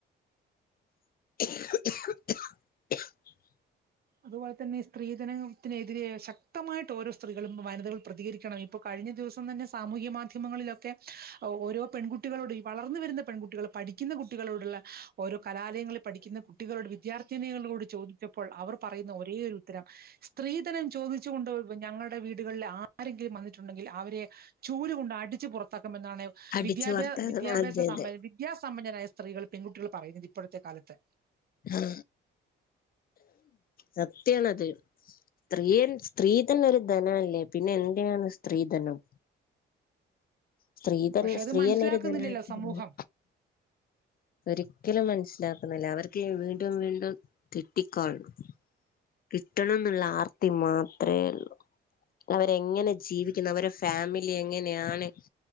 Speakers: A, on the left; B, on the right.
A: <unintelligible>
B: അതുപോലെ തന്നെ സ്ത്രീധനത്തിനെതിരെ ശക്തമായിട്ട് ഓരോ സ്ത്രീകളും വനിതകൾ പ്രതികരിക്കണം ഇപ്പൊ കഴിഞ്ഞ ദിവസം തന്നെ സാമൂഹ്യ മാധ്യമങ്ങളിലൊക്കെ ഓരോ പെൺകുട്ടികളോട് വളർന്നു വരുന്ന പെൺകുട്ടികള പഠിക്കുന്ന കുട്ടികളോടുള്ള ഓരോ കലാലയങ്ങളിൽ പഠിക്കുന്ന കുട്ടികളോട് വിദ്യാർത്ഥിനികളോട് ചോദിച്ചപ്പോൾ അവർ പറയുന്ന ഒരേ ഒരു ഉത്തരം സ്ത്രീധനം ചോദിച്ചൊണ്ട് ഇപ്പ ഞങ്ങളുടെ വീടുകളിലിൽ ആ ആരെങ്കിലും വന്നിട്ടുണ്ടെങ്കിൽ അവരെ ചൂല് കൊണ്ട് അടി ച്ചു പുറത്തക് ാണ്
A: അടിച്ചു
B: വിദ്യാഭ്യാ
A: വാർത്താകൾ
B: വിദ്യാഭ്യാസ
A: അതെ അതെ
B: വിദ്യാസ സമ്പന്നരായ സ്ത്രീകൾ പെൺകുട്ടികൾ പറയുന്നത് ഇപ്പോഴത്തെ കാലത്ത്
A: ആ സത്യണത് സ്ത്രീ സ്ത്രീ തന്ന ഒരു ധനല്ലേ പിന്നെ എന്തയാണ് സ്ത്രീധനം സ്ത്രീ തന്ന
B: പക്ഷെ
A: സ്ത്രീയനൊ
B: അത് മനസ്സിലാക്കുന്നില്ലല്ലോ
A: ഒരു തനായിട്ടിന്ന
B: സമൂഹം
A: ഒരിക്കലും മനസ്സിലാക്കുന്നില്ല അവർക്ക് വീണ്ടും വീണ്ടും തെട്ടിക്കോളണം കിട്ടണം എന്നുള്ള ആർത്തി മാത്രമേ ഉള്ളൂ അവരെങ്ങനെ ജീവിക്കുന്നു അവരെ ഫാമിലി എങ്ങനെയാണ്